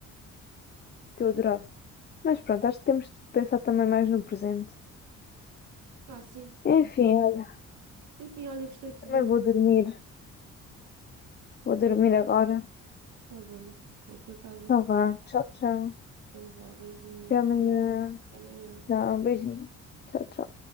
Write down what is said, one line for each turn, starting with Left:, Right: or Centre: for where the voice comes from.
Left: que eu adorava. Mas pronto, acho que temos de pensar também mais no presente.
Right: Pá, sim.
Left: Enfim, olha,
Right: Enfim, olha, gostei de te
Left: também
Right: ver.
Left: vou dormir. Vou dormir agora.
Right: Está bem. Vais para casa.
Left: Então vá, tchau, tchau.
Right: Então vá, beijinho.
Left: Até amanhã.
Right: Tchau. Até amanhã.
Left: Não, beijinho. Tchau, tchau.